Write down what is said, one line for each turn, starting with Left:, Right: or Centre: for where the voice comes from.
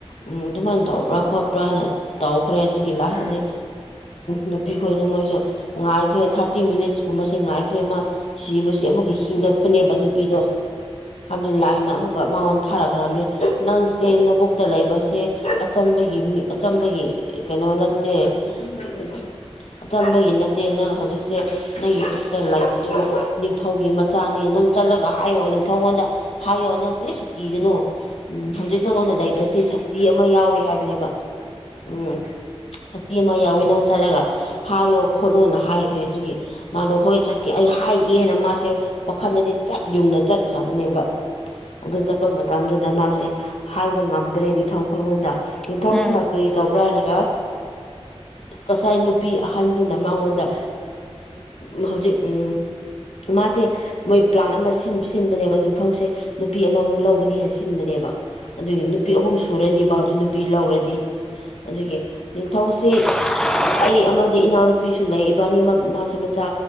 Left: ꯑꯝ ꯑꯗꯨꯃꯥꯏꯅ ꯇꯧꯕ꯭ꯔꯥ ꯈꯣꯠꯄ꯭ꯔꯥ ꯍꯥꯏꯅ ꯇꯧꯈ꯭ꯔꯦ ꯑꯗꯨꯒꯤ ꯂꯥꯁꯇꯗꯤ ꯅꯨꯄꯤꯈꯣꯏꯗ ꯃꯣꯏꯁꯨ ꯉꯥꯏꯈ꯭ꯔꯦ ꯊꯥꯔꯇꯤ ꯃꯤꯅꯤꯠꯁ ꯀꯨꯝꯕꯕꯁꯤꯦ ꯉꯥꯏꯈ꯭ꯔꯦ ꯑꯃ ꯁꯤꯕꯁꯤ ꯑꯃꯨꯛꯀ ꯍꯤꯡꯒꯠꯄꯅꯦꯕ ꯅꯨꯄꯤꯗꯣ ꯍꯥꯏꯕꯗꯤ ꯂꯥꯏꯅ ꯑꯃꯨꯛꯀ ꯃꯉꯣꯟ ꯊꯥꯔꯛꯈ꯭ꯔꯕꯅꯤ ꯅꯪ ꯆꯦ ꯅꯕꯨꯛꯇ ꯂꯩꯕꯁꯦ ꯑꯆꯝꯕꯒꯤ ꯃꯤ ꯑꯆꯝꯕꯒꯤ ꯀꯩꯅꯣ ꯅꯠꯇꯦ ꯣ <unintelligible> <inaudible> ꯑꯆꯝꯕꯒꯤ ꯅꯠꯇꯦ ꯅꯪ ꯍꯧꯖꯤꯛꯁꯦ ꯅꯪꯒꯤ ꯄꯨꯛꯇ ꯂꯩꯕꯗꯨ ꯅꯤꯡꯊꯧꯒꯤ ꯃꯆꯥꯅꯦ ꯅꯪ ꯅ ꯆꯠꯂꯒ ꯍꯥꯏꯌꯣꯑꯣ ꯅꯤꯡꯊꯧꯉꯣꯟꯗ ꯍꯥꯏꯌꯣꯑꯣ ꯅꯪ ꯀꯔꯤꯁꯨ ꯀꯤꯕꯅꯣ ꯍꯧꯖꯤꯛ ꯅꯪꯉꯣꯟꯗ ꯂꯩꯕꯁꯤ ꯁꯛꯇꯤ ꯑꯃ ꯌꯥꯎꯋ ꯍꯥꯏꯕꯅꯦꯕ ꯎꯝ ꯁꯛꯇꯤ ꯑꯃ ꯌꯥꯎꯋꯦ ꯅꯪ ꯆꯠꯂꯒ ꯍꯥꯏꯌꯣ ꯈꯣꯠꯂꯣꯅ ꯍꯥꯏꯈ꯭ꯔꯦ ꯑꯗꯨꯒꯤ ꯃꯥꯗꯣ ꯍꯣꯏ ꯆꯠꯀꯦ ꯑꯩ ꯍꯥꯏꯒꯦꯅ ꯃꯥꯁꯦ ꯋꯥꯈꯟꯗꯗꯤ ꯆꯞ ꯌꯨꯡꯅ ꯆꯠꯈ꯭ꯔꯕꯅꯦꯕ ꯑꯗꯨ ꯆꯠꯄ ꯃꯇꯝꯗꯨꯗ ꯃꯥꯁꯦ ꯍꯥꯏꯕ ꯉꯝꯗ꯭ꯔꯦ ꯅꯤꯡꯊꯧ ꯈꯒꯣꯟꯗ ꯅꯤꯡꯊꯧꯁꯤꯅ
Centre: ꯉꯥꯏꯌꯣꯀꯣ
Left: ꯀꯔꯤ ꯇꯧꯕ꯭ꯔꯥ ꯍꯥꯏꯔꯒ ꯉꯁꯥꯏ ꯅꯨꯄꯤ ꯑꯍꯟꯗꯨꯅ ꯃꯉꯣꯟꯗ ꯎ ꯍꯧꯖꯤꯛ ꯎ ꯃꯥꯁꯦ ꯃꯣꯏ ꯄ꯭ꯂꯥꯟ ꯑꯃ ꯁꯤ ꯁꯤꯟꯕꯅꯦꯕ ꯅꯤꯡꯊꯧꯁꯦ ꯅꯨꯄꯤ ꯑꯃꯃꯨꯛ ꯂꯧꯒꯅꯤ ꯍꯥꯏꯅ ꯁꯤꯤꯟꯕꯅꯦꯕ ꯑꯗꯨꯒꯤ ꯅꯨꯄꯤ ꯑꯍꯨꯝꯁꯨ ꯁꯨꯔꯅꯤꯕ ꯍꯧꯖꯤꯛ ꯅꯨꯄꯤ ꯂꯧꯔꯗꯤ ꯑꯗꯨꯒꯤ ꯅꯤꯡꯊꯧꯁꯤꯦ
Centre: <unintelligible> <inaudible>
Left: ꯑꯩ ꯑꯃꯗꯤ ꯏꯅꯥꯎꯅꯨꯄꯤꯁꯨ ꯂꯩ ꯏꯕꯥꯅꯤꯃꯛ ꯃꯥꯁꯦ ꯃꯆꯥ